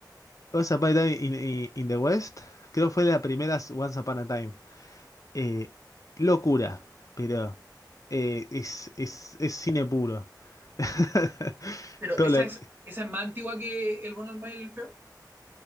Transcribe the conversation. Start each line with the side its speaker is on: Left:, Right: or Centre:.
Left: Once Upon a Time in, in- in the West, creo fue de las primeras Once Upon a Time. Eh, locura, pero eh, es, es, es cine puro. <laughs>
Right: Pero
Left: Todo
Right: esa
Left: lo-
Right: es, esa es más antigua que El bueno, el malo y el feo.